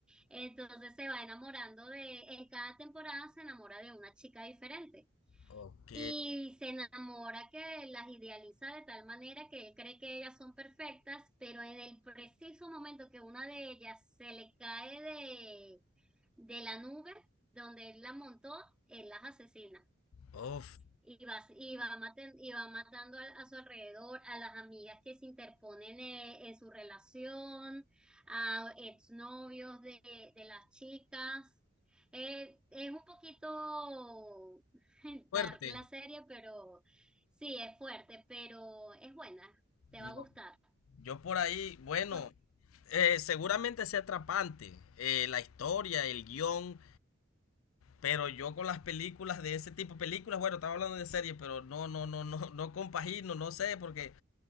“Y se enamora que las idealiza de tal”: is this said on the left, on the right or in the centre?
Centre